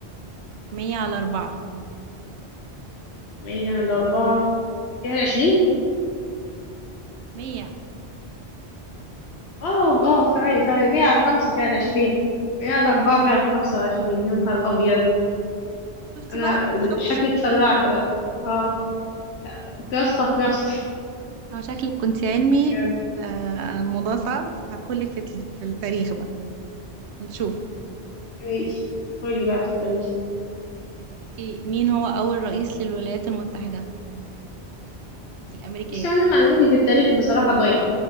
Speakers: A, on the right (about 85°); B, on the left (about 75°).
A: مية على أربعة
B: 100 على 4 فيها 20
A: مية
B: اه اه ثواني ثواني 100 على 5 فيها 20 100 على 4 فيها 25 يا نهار أبيض
A: شفتي
B: أنا
A: بقى شفتي
B: شكلي اتسرعت بقى اه كنت واثقة في نفسي
A: هو شكلك كنت علمي
B: بجد
A: آه، موضوع صعب فهدخلك في ال- في التاريخ بقى نشوف
B: ماشي قولي بقى ماليش
A: اوكي مين هو اول رئيس للولايات المتحدة الامريكية
B: بس أنا معلوماتي في التاريخ بصراحة ضايعة